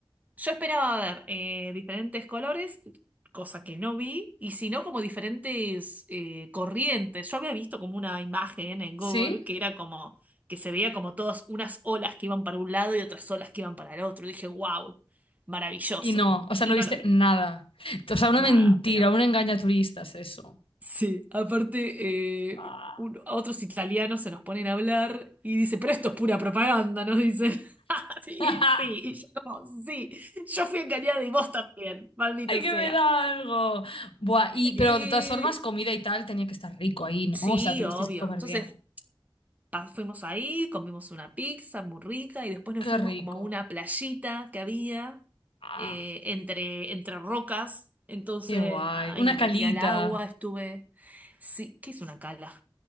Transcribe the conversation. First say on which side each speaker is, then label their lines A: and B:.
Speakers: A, on the right (about 15°); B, on the left (about 80°).
A: Yo esperaba ver eh, diferentes colores, cosa que no vi, y si no, como diferentes eh, corrientes. Yo había visto como una imagen en
B: ¿Sí?
A: Google que era como que se veía como todas unas olas que iban para un lado y otras olas que iban para el otro. Y dije, wow, maravilloso.
B: Y no, o sea,
A: Y
B: no viste
A: no lo vi,
B: nada. O sea, una
A: nada,
B: mentira,
A: pero
B: un engaño a turistas, eso.
A: Sí, aparte,
B: Buah.
A: eh, un- a otros italianos se nos ponen a hablar y dice, pero esto es pura propaganda, nos dicen. <laughs> Sí,
B: <laughs>
A: sí, y yo como, sí, yo fui engañada y vos también, maldito
B: ¡Ay, que
A: sea.
B: me da algo! Buah, y, pero
A: Y
B: de todas formas, comida y tal tenía que estar rico ahí, ¿no?
A: sí,
B: O sea, tuvisteis
A: obvio.
B: que comer
A: Entonces
B: bien.
A: pa- fuimos ahí, comimos una pizza muy rica y después nos
B: ¡Qué
A: fuimos
B: rico!
A: como a una playita que había
B: ¡Ah,
A: eh, entre, entre rocas. Entonces,
B: qué guay!
A: nada, ahí
B: Una
A: me metí
B: calita.
A: al agua, estuve... Sí, ¿qué es una cala?